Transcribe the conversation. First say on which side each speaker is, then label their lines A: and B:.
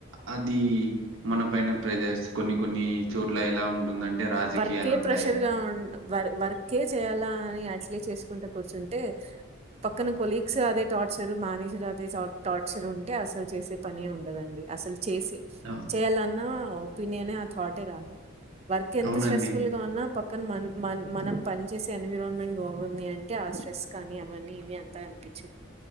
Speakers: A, on the right; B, on the right.
A: అది మన పైన ప్రెజర్స్ కొన్ని కొన్నీ చోట్ల ఎలా ఉంటుందంటే రాజకీయాలుంటాయి.
B: వర్కే ప్రెషర్ గా ఉం వ వర్కే చేయాల అని అ ల్ చేసుకుంట కూర్చుంటే పక్కన కొలీగ్స్ అదే టార్చర్ మేనేజర్ అదే టార్చర్ ఉంటే అసలు చేసే పనే ఉండదంఢి అసల్ చేసి
A: అవ్
B: చేయాలన్నా ఆ ఒపీనియనె ఆ థాటే రాదు కి ఎంత
A: అవునండి.
B: స్ట్రెస్ ఫుల్ గా ఉన్నా ప కానీ మన్ మన్ మనం పని చేేసే ఎన్విరాన్మెంట్ బాగుంది అంటే ఆ స్ట్రెస్ కానీ అవన్నీ ఏమీ అంతా అనిపించద్